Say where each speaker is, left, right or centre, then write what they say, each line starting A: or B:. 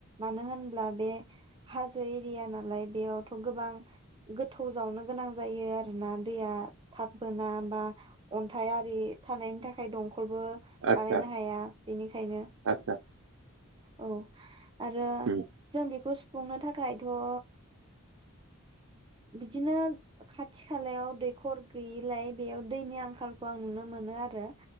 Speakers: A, on the right; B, on the right.
A: मानो होनब्ला बे हाजो एरिया नालाय बेयावथ' गोबां गोथौ जावनो गोनां जायो आरोना दैया थाब बोना बा अन्थाइ आरि थानायनि थाखाय दंफ फोरबो
B: आदसा
A: बानायनो हाया बेनिखायनो
B: आदसा
A: औ आरो
B: उम
A: जों बेखौ सु फुंनो थाखायथ' ओ बिदिनो खाथि खालायाव दैखर गैयिलाय बेयाव दैनि आंखालखौ आं नुनो मोनो आरो